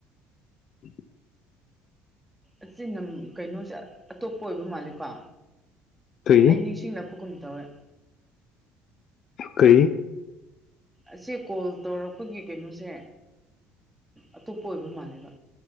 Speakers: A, on the left; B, in the centre.
A: ꯎꯝ
B: ꯑꯁꯤ ꯅ ꯀꯩꯅꯣꯁꯦ ꯑꯇꯣꯞꯄ ꯑꯣꯏꯕ ꯃꯥꯂꯀꯣ
A: ꯀꯔꯤ
B: ꯑꯩ ꯅꯤꯡꯁꯤꯡꯂꯛꯄꯒꯨꯝ ꯇꯧꯋꯦ
A: ꯀꯩ
B: ꯑꯁꯦ ꯀꯣꯜ ꯇꯧꯔꯛꯄꯒꯤ ꯀꯩꯅꯣꯁꯦ ꯑꯇꯣꯞꯄ ꯑꯣꯏꯕ ꯃꯥꯜꯂꯦꯕ